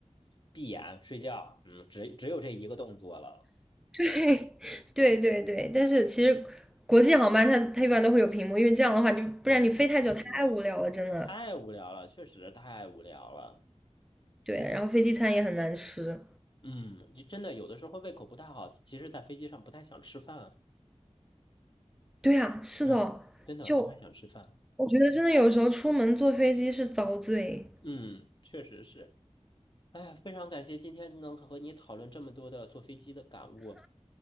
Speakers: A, on the left; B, in the centre.
A: 闭眼睡觉，嗯，只只有这一个动作了。
B: 对，<laughs> 对对对，但是其实国际航班它它一般都会有屏幕，因为这样的话就不然你飞太久太无聊了，
A: 对，
B: 真的。
A: 太无聊了，确实太无聊了。
B: 对，然后飞机餐也很难吃。
A: 嗯，就真的有的时候胃口不太好，其实在飞机上不太想吃饭，
B: 对呀，是的，
A: 嗯，真的不太想吃饭。
B: 就我觉得真的有时候出门坐飞机是遭罪。
A: 嗯，确实是。哎呀，非常感谢今天能和你讨论这么多的坐飞机的感悟。